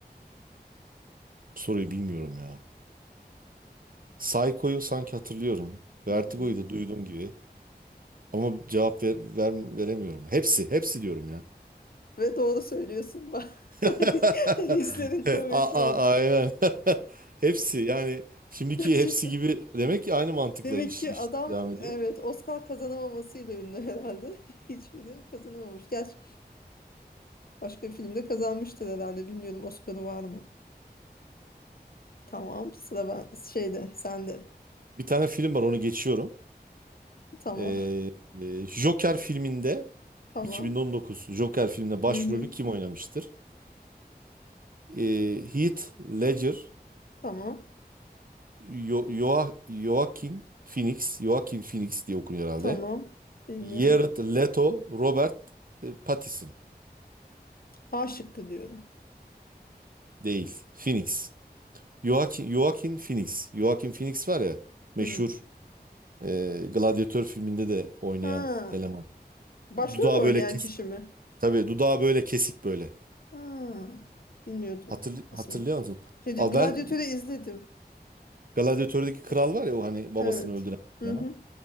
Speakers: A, on the right; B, on the left.
A: Bu soruyu bilmiyorum ya. Psycho'yu sanki hatırlıyorum. Vertigo'yu
B: Hı hı.
A: da duyduğum gibi. Ama cevap ver, ver- veremiyorum. Hepsi, hepsi diyorum ya.
B: Ve doğru söylüyorsun bak.
A: <laughs>
B: <laughs> Hislerin kuvvetli
A: A- a-
B: olsun.
A: Aynen. <laughs> Hepsi yani şimdiki
B: Gerçekten.
A: hepsi gibi demek ki aynı mantıkla
B: Demek
A: iş,
B: ki
A: iş
B: adam
A: devam ediyor.
B: evet Oscar kazanamamasıyla ünlü herhalde. <laughs> Hiçbiri kazanamamış. Gerçi başka bir filmde kazanmıştır herhalde. Bilmiyorum Oscar'ı var mı? Tamam. Sıra ben şeyde sende.
A: Bir tane film var onu geçiyorum.
B: Tamam.
A: Ee,
B: <laughs>
A: e, Joker filminde
B: Tamam.
A: 2019 Joker filminde başrolü
B: Hı hı.
A: kim oynamıştır? Ee, Heath Ledger,
B: Tamam.
A: Yo Yoa- Joaquin Phoenix, Joaquin Phoenix diye okunuyor herhalde.
B: Tamam. Bilmiyorum.
A: Jared Leto, Robert e, Pattinson
B: A şıkkı diyorum.
A: değil, Phoenix. Joaquin, Joaquin Phoenix. Joaquin Phoenix var ya meşhur
B: Hı.
A: e, Gladiator filminde de oynayan
B: Ha.
A: eleman.
B: Başrolde
A: Dudağı
B: oynayan
A: böyle kesik.
B: kişi mi?
A: Tabii dudağı böyle kesik böyle.
B: Ha. Bilmiyordum.
A: Hatırlı,
B: Aslında.
A: hatırlıyor musun?
B: Şeyce
A: Abi
B: Gladiatör'ü
A: ben
B: izledim.
A: Gladiator'daki kral
B: E,
A: var ya o hani babasını
B: Evet.
A: öldüren
B: Hı
A: eleman.
B: hı.